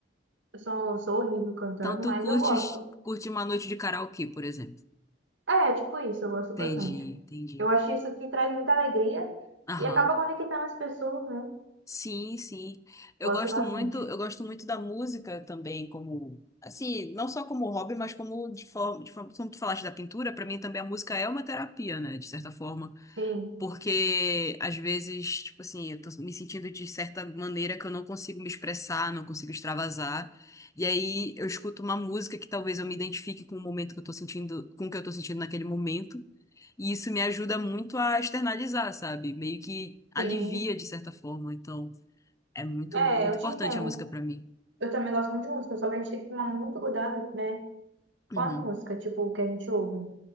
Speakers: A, on the right; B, on the left.
A: eu sou, sou horrível cantando,
B: então tu
A: mas
B: curtes,
A: eu gosto.
B: curte uma noite de karaokê, por exemplo.
A: É, tipo isso, eu gosto
B: Entendi,
A: bastante.
B: entendi.
A: Eu acho isso que traz muita alegria
B: Aham.
A: e acaba conectando as pessoas, né?
B: Sim, sim. Eu
A: Gosto
B: gosto
A: bastante.
B: muito, eu gosto muito da música também, como assim, não só como hobby, mas como de forma, de forma, como tu falaste da pintura, para mim também a música é uma terapia, né, de certa forma.
A: Sim,
B: Porque às vezes, tipo assim, eu tô me sentindo de certa maneira que eu não consigo me expressar, não consigo extravasar. E aí eu escuto uma música que talvez eu me identifique com o momento que eu tô sentindo, com o que eu tô sentindo naquele momento. E isso me ajuda muito a externalizar, sabe? Meio que alivia
A: sim.
B: de certa forma. Então, é muito,
A: É,
B: muito
A: eu te
B: importante
A: entendo.
B: a música pra mim.
A: Eu também gosto muito de música, só que a gente tem que tomar muito cuidado, né, com
B: Uhum.
A: a música, tipo, o que a gente ouve.